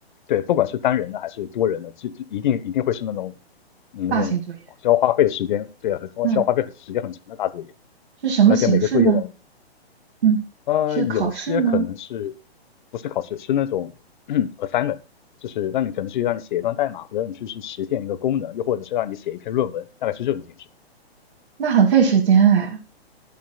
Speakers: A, on the left (about 50°); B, on the right (about 60°).
A: 对，不管是单人的还是多人的，就就一定一定会是那种嗯那种需要花费时间，
B: 大型作业，
A: 对啊，
B: 嗯，
A: 需要花费时间很长的大作业，
B: 是什么形式呢？
A: 而且每个作业的
B: 嗯，
A: 呃有些可能是
B: 是考试吗？
A: 不是考试，是那种 <clears throat> assignment。就是让你可能去让你写一段代码，或者让你去去实现一个功能，又或者是让你写一篇论文，大概是这种形式。
B: 那很费时间哎。